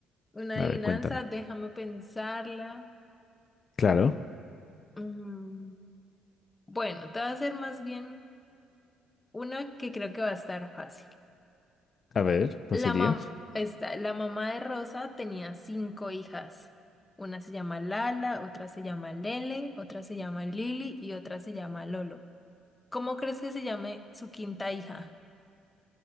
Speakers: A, on the left (about 20°); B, on the left (about 45°).
A: una
B: A
A: adivinanza,
B: ver, cuéntame.
A: déjame pensarla.
B: Claro,
A: Mm, bueno, te voy a hacer más bien una que creo que va a estar fácil.
B: a ver, ¿cuál
A: La
B: sería?
A: mam- esta- la mamá de Rosa tenía cinco hijas. Una se llama Lala, otra se llama Lele, otra se llama Lili y otra se llama Lolo. ¿Cómo crees que se llame su quinta hija?